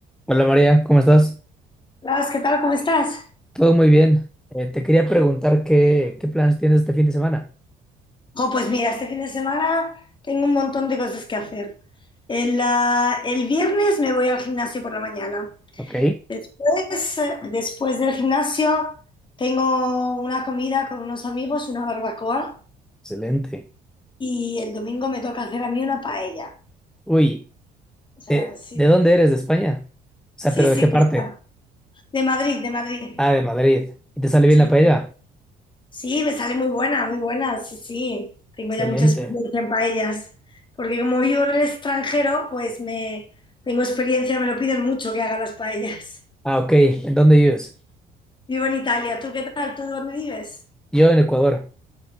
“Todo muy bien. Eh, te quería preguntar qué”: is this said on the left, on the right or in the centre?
Centre